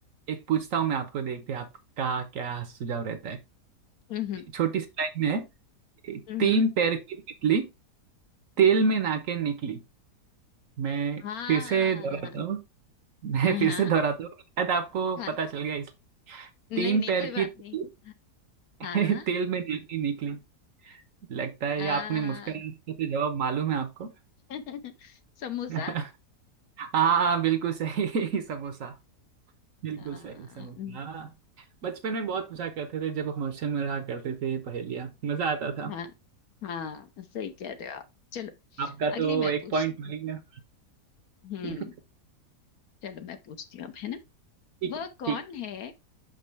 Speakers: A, on the right; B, on the left.
A: एक पूछता हूँ मैं आपको देखते हैं आपका क्या सुझाव रहता है
B: हम्म
A: छोटी सी लाइन में है
B: हम्म
A: तीन
B: हम्म,
A: पैर की तितली तेल में नाके निकली मैं
B: हाँ
A: फिर से दोहराता हूँ मैं
B: हाँ
A: फिर से दोहराता हूँ शायद आपको
B: हाँ
A: पता चल गया इस
B: नहीं
A: तीन
B: नहीं
A: पैर
B: कोई
A: की
B: बात
A: तितली
B: नहीं
A: <laughs>
B: हाँ
A: तेल में नाके निकली लगता है
B: आ,
A: ये आपने मुस्कुराने से जवाब मालूम है आपको
B: <laughs> समोसा
A: <laughs> हाँ हाँ, बिल्कुल सही <laughs> समोसा बिल्कुल
B: हाँ
A: सही समोसा हाँ। हाँ। बचपन में बहुत पूछा करते थे जब हम हॉस्टल में रहा करते थे पहेलियाँ मजा आता था
B: हाँ हाँ सही कह रहे हो आप चलो
A: आपका
B: अगली
A: तो
B: मैं
A: एक
B: पूछती
A: पॉइंट मिल गया
B: हम्म
A: <laughs>
B: चलो मैं पूछती हूँ अब है ना
A: ठीक
B: वह
A: है,
B: कौन
A: ठीक
B: है